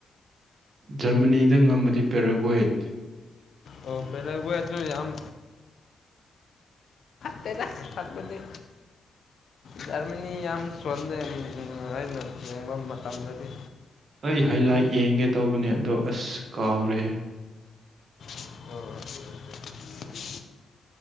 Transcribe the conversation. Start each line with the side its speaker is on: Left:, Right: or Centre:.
Right: ꯖꯔꯃꯅꯤꯗ ꯉꯝꯃꯗꯤ ꯄꯦꯔꯥꯒꯋꯦꯠ
Left: ꯑꯣ ꯄꯂ ꯇ ꯌꯥꯝ ꯐꯦ ꯇ ꯐꯠꯄꯅꯦꯗꯤ ꯖꯔꯃꯅꯤ ꯌꯥꯝ ꯁꯣꯟꯂꯦ ꯑꯩꯅ ꯌꯦꯡꯕ ꯃꯇꯝꯗꯗꯤ
Right: ꯑꯩ ꯍꯥꯏꯂꯥꯏ ꯌꯦꯡꯒꯦ ꯇꯧꯕꯅꯦ ꯑꯗꯣ ꯑꯁ ꯀꯥꯎꯔꯦ
Left: ꯑꯣ ꯍ